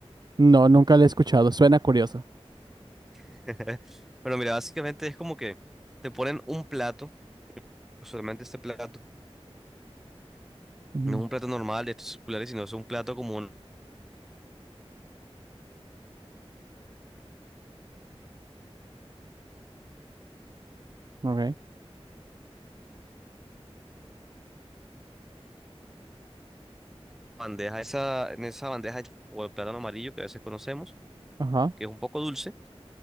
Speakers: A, on the right; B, in the centre.
A: No, nunca la he escuchado, suena curioso.
B: <laughs> Bueno, mira, básicamente es como que te ponen un plato, usualmente este plato
A: Ujú,
B: no es un plato normal de estos circulares, sino es un plato como una
A: Ok.
B: bandeja, esa, en esa bandeja o el plátano amarillo que a veces conocemos,
A: Ajá.
B: que es un poco dulce.